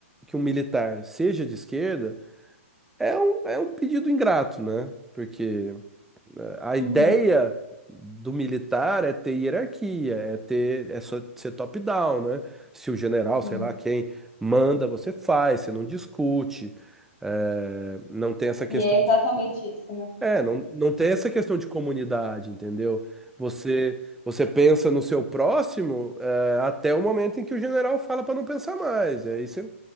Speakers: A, in the centre; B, on the left.
A: que um militar seja de esquerda É um, é um pedido ingrato, né? Porque eh, a ideia
B: Uhum.
A: do militar é ter hierarquia, é ter, é só ser top-down, né? Se o general,
B: Sim.
A: sei lá, quem manda, você faz, você não discute, eh, não tem essa questão
B: E é exatamente
A: de,
B: isso, né?
A: é, não, não tem essa questão de comunidade, entendeu? Você, você pensa no seu próximo, eh, até o momento em que o general fala para não pensar mais. E aí você,